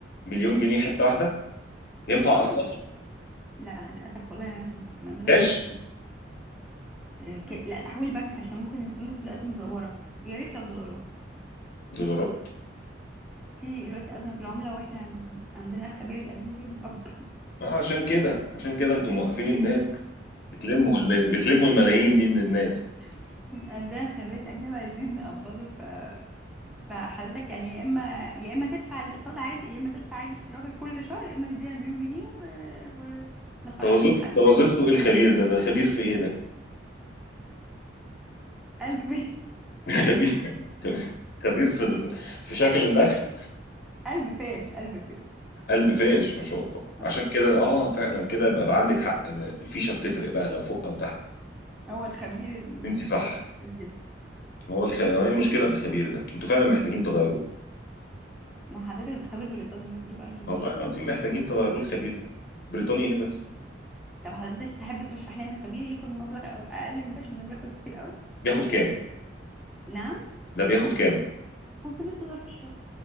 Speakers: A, on the left; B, in the centre.
A: مليون جنيه حته واحده ينفع
B: اه
A: اقسط
B: لا للاسف والله يعني ما عندناش
A: كاش
B: تقسيط آه، ك- لا تحويل بنك عشان ممكن الفلوس دلوقتي مزوره ويا ريت لو دولارات
A: دولارات
B: في دلوقتي أزمة في العملة واحنا عندنا الخبير الأجنبي بنقب
A: آه عشان كده عشان كده انتم موقفين الناس بتلموا الم... بتلموا الملايين دي من الناس
B: <laughs> عندنا الخبير الأجنبي عايزين نقبضه ف... فحضرتك يعني يا إما يا إما تدفع الأقساط عادي يا إما تدفع عادي اشتراكك كل شهر يا إما تدينا مليون جنيه و... ونخرجك
A: ده وظيفته
B: حد
A: ده وظيفته ايه الخبير ده ده خبير في ايه ده
B: قلب <laughs> فيه
A: <laughs> خبير خبير في في شكل النخل
B: قلب فاش قلب فاش
A: قلب فاش ما شاء الله
B: آه.
A: عشان كده اه فعلا كده يبقى بقى عندك حق الفيشه بتفرق بقى لو فوق او تحت
B: هو الخبير البريطاني
A: انت صح
B: قال كده
A: هو الخ... هو ايه المشكله في الخبير ده انتوا فعلا محتاجين تغيروه
B: ما حضرتك ده خبير بريطاني هجيب أي يعني
A: والله العظيم محتاجين تغيروه الخبير ده بريطاني ايه بس
B: طب حضرتك تحب ترشح لنا خبير ياخد مبلغ أقل من ده عشان ده بياخد كتير قوي
A: بياخد كام
B: نعم
A: ده بياخد كام
B: 500 دولار في الشهر